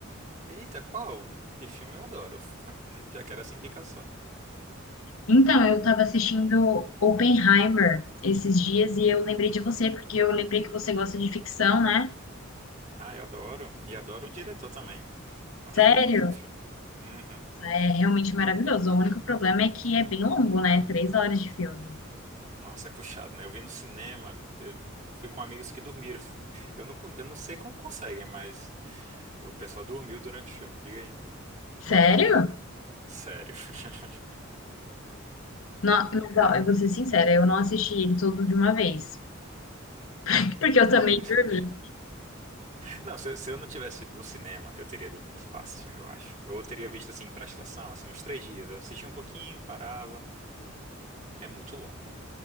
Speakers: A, on the right; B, on the left.
A: Eita, qual? Que filme eu adoro. <laughs> Já quero essa indicação.
B: Então, eu tava assistindo Oppenheimer esses dias e eu lembrei de você, porque eu lembrei que você gosta de ficção, né?
A: Ah, eu adoro. E adoro o diretor também. Acho
B: Sério?
A: um ótimo filme. Uhum.
B: É realmente maravilhoso. O único problema é que é bem longo, né? Três horas de filme.
A: Nossa, é puxado, né? Eu vi no cinema, eu fui com amigos que dormiram. <laughs> Eu não, co- eu não sei como conseguem, mas o pessoal dormiu durante o filme, diga aí.
B: Sério?
A: Sério. <laughs>
B: Não, mas, ó, eu vou ser sincera, eu não assisti ele todo de uma vez, <laughs> porque eu
A: Não,
B: também dormi.
A: Não, se, se eu não tivesse ido no cinema, eu teria dormido fácil, eu acho. Ou eu teria visto assim pra estação, assim, uns três dias. Eu assistia um pouquinho, parava. É muito longo.